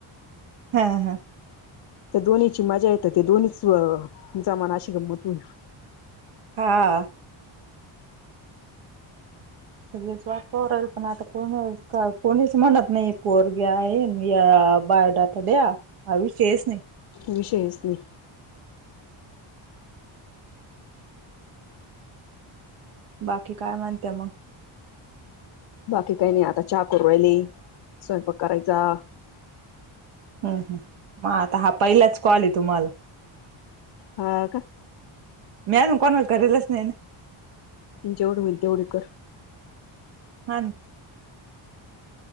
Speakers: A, on the right (about 85°); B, on the left (about 55°).
A: हां आ
B: त्याअ दोन्हींची मजा येत ते दोन्हीचंअ जमनां अशी गंमत होती.
A: हांअं सगळे स्व वाटपाहून राहील पणं आतां कोण कां कोणीचं म्हणत नाही पोरग्या आहे या बाघाया. तूलया द्या आमीष केस नाही. - <inaudible>
B: विषयचं नाही.
A: बाकी कायं म्हणतेअ मगं.
B: बाकी काही नाही आतां चहा करून राहिली स्वयंपाकं करायचां.
A: हम्म हंम्म मा आता हां पहिलाचं कॉल आहे तुम्हाला.
B: हां कां.
A: मीनं अजून कोणा करेलचं लक्ष देत नाही नां.
B: जेवढे होईलं तेवढं
A: हा